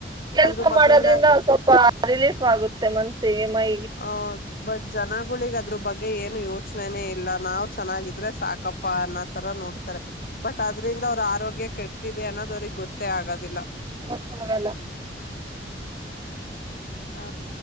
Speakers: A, on the right; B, on the left.
A: ಕೆಲ್ಸ
B: ಅದ್ರ ಬಗ್ಗೆ
A: ಮಾಡೋದ್ರಿಂದ
B: ಎಲ್ಲ
A: ಸ್ವಲ್ಪ ರಿಲೀಫ್ ಆಗುತ್ತೆ ಮನ್ಸಿಗೆ ಮೈಂಡಿಗೆ.
B: ಆ ಬಟ್ ಜನಗುಳಿಗೆ ಅದ್ ಅದ್ರು ಬಗ್ಗೇ ಏನು ಯೋಚ್ನೇನೆ ಇಲ್ಲ ನಾವ್ ಚೆನಾಗಿದ್ರೆ ಸಾಕಪ್ಪ ಅನ್ನೋ ತರ ನೋಡ್ತಾರೆ ಬಟ್ ಅದ್ರಿಂದ ಅವ್ರ್ ಆರೋಗ್ಯ ಕೆಡ್ತಿದೆ ಅನ್ನೋದು ಅವ್ರಿಗೆ ಗೊತ್ತೇ ಆಗೋದಿಲ್ಲ.
A: <inaudible>
B: ಹಾ